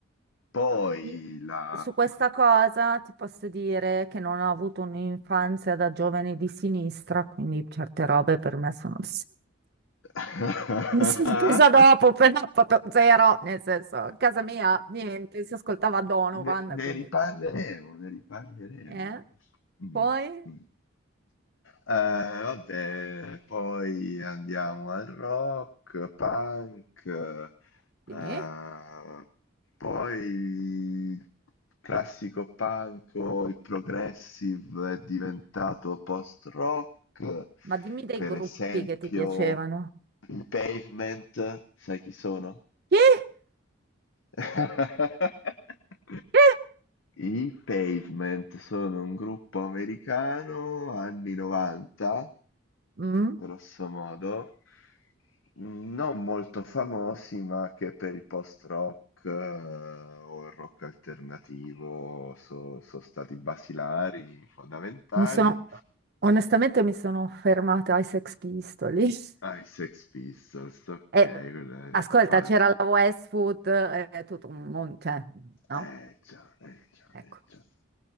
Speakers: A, on the left (about 75°); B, on the right (about 50°).
A: Poi
B: Io-
A: la...
B: Su questa cosa ti posso dire che non ho avuto un'infanzia da giovane di sinistra, quindi certe robe per me sono <laughs>
A: <laughs>
B: mi sono presa dopo, però proprio zero, nel senso, a casa mia niente, si ascoltava Donovan,
A: Ne, ne
B: quindi...
A: riparleremo, ne riparleremo.
B: eh?
A: Mm,
B: Poi?
A: mm. Ehm, vabbè, poi andiamo al rock, punk,
B: Sì?
A: ehm, poi il classico punk o il progressive è diventato post-rock,
B: Ma dimmi dei
A: per
B: gruppi
A: esempio
B: che ti piacevano.
A: i Pavement, sai chi sono?
B: Chi?
A: <laughs>
B: Chi?
A: I Pavement sono un gruppo americano anni 90
B: Mm.
A: grosso modo, non molto famosi, ma che per il post-rock eh, o il rock alternativo so- sono stati basilari, fondamentali.
B: Mi sono, onestamente mi sono fermata ai Sex Pistols.
A: Ah, i
B: <laughs>
A: Sex Pistols, ok,
B: E,
A: quello è il
B: ascolta,
A: punk.
B: c'era la Westwood, eh, è tutto un mondo, cioè, no?
A: Eh già, eh già,
B: Ecco.
A: eh già.